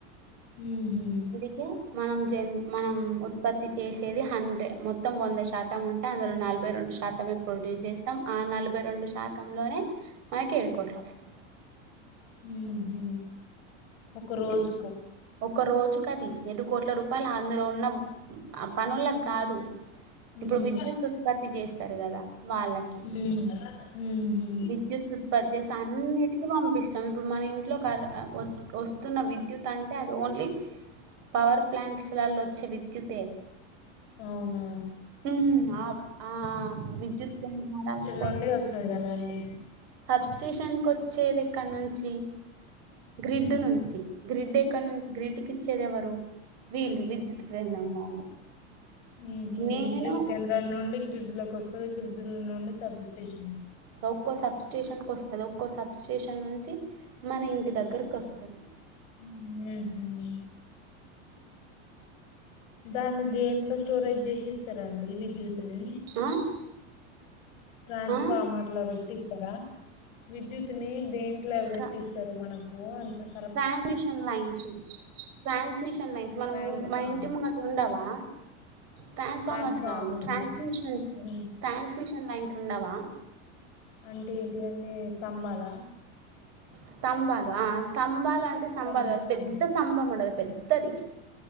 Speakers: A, on the left; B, on the right.
A: ఉహు
B: ఇప్పుడు మనం జన్ మనం ఉత్పత్తి చేసేది హండే మొత్తం వంద శాతం ఉన్ అందులో నలభై రెండు శాతమే ప్రొడ్యూస్ చేస్తాం ఆ నలభై రెండు శాతంలోనే మనకి ఏడు కోట్లు వస్తాయి
A: ఉహు ఒక రోజుకు
B: ఊ ఒక రోజు కది ఏడు కోట్ల రూపాయలు అందులో ఉన్న ఆ పనులకి కాదు ఇప్పుడు
A: ఉమ్
B: విద్యుత్ ఉత్పత్తి చేస్తారు కదా వాళ్ళకి
A: ఉమ్ ఉహు
B: విద్యుత్ వారు చేస్తా అన్నిటికి పంపిస్తాం ఇప్పుడు మన ఇంట్లో క వత్ వస్తున్న విద్యుత్ అంటే అది ఓన్లీ పవర్ ప్లాంట్స్ లలో వచ్చే విద్యుతే
A: అవునా
B: హ్మ్. ఆ ఆ విద్యుత్ కేంద్రాలలో
A: మళ్ళీ వస్తది కదండి
B: సబ్స్టేషన్ కి వచ్చేది ఇక్కడి నుంచి గ్రిడ్ నుంచి గ్రిడ్ ఎక్కడ నుంచి గ్రిడ్కి ఇచ్చేది ఎవరు వీళ్ళు విద్యుత్ క్రిందం వాళ్ళు
A: ఉహు
B: నేను
A: విద్యుత్ కేంద్రాల నుండి గ్రిడ్లలకు వస్తది గ్రిడ్డులు నుండి సబ్ స్టేషన్
B: ఒక్కో సబ్ స్టేషన్ కి వస్తది ఒక్కో సబ్ స్టేషన్ నుంచి మన ఇంటి దగ్గరకి వస్తది
A: ఉహు దాన్ని దేంట్లో స్టోరేజ్ చేసి ఇస్తారు అండి విద్యుత్ ని
B: ఆ
A: ట్రాన్స్ఫార్మర్
B: ఆ
A: లో పెట్టిస్తారా విద్యుత్ ని దేంట్లో
B: క
A: పెట్టిస్తారు మనకు అంటస్
B: ట్రాన్స్మిషన్ లైన్స్ ట్రాన్స్మిషన్ లైన్స్ మనం
A: ట్రాన్స్ఫార్మర్
B: మన ఇంటి ముంగ ఉండవా ట్రాన్స్ఫార్మర్స్
A: ట్రాన్స్ఫార్మర్లు
B: కాదు ట్రాన్స్మిషన్స్
A: ఉమ్
B: ట్రాన్స్ మిషిన్ లైన్స్ ఉన్నవా
A: అంటే ఏంటిదండి తంబాలా
B: స్తంభాలు ఆ స్తంభాలు అంటే స్తంభాలు
A: కరెంట్ స్తంభాలు
B: పెద్ద స్తంభం ఉండదు పెద్దది